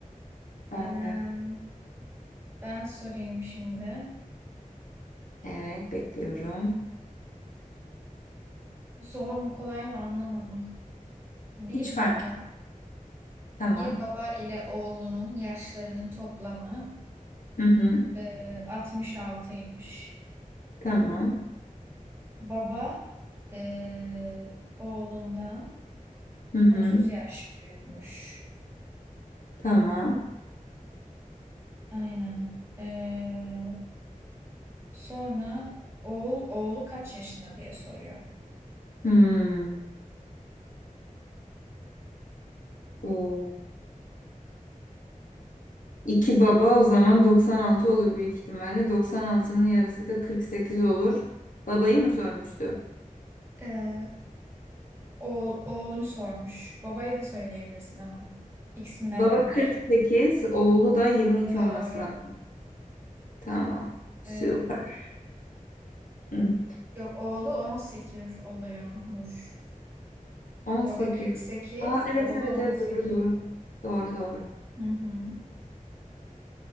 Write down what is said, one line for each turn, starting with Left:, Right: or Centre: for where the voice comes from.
Left: Ben
Right: Ee,
Left: de.
Right: ben sorayım şimdi.
Left: Evet bekliyorum.
Right: Zor mu kolay mı anlamadım. Bir
Left: Hiç fark
Right: baba,
Left: Tamam.
Right: bir baba ile oğlunun yaşlarının toplamı
Left: Hı hı.
Right: e, 66'ymış.
Left: Tamam.
Right: Baba e, oğlundan
Left: Hı hı.
Right: 30 yaş büyükmüş.
Left: Tamam.
Right: Aynen. Ee, sonra oğul oğlu kaç yaşında diye soruyor.
Left: Hmm. O, iki baba o zaman 96 olur büyük ihtimalle. 96'nın yarısı da 48 olur. Babayı mı sormuştu?
Right: Ee, Oğul, oğlunu sormuş. Babaya da söyleyebilirsin ama. İkisini de
Left: Baba
Right: vermiş.
Left: 48, oğlu da 22
Right: Doğru.
Left: olması lazım. Tamam. Süper.
Right: Ee,
Left: Hı hı.
Right: yok oğlu 18 oluyormuş.
Left: 18.
Right: Baba kırk sekiz,
Left: Aa evet
Right: oğlu
Left: evet
Right: 18.
Left: evet doğru doğru. Doğru doğru.
Right: Hı hı.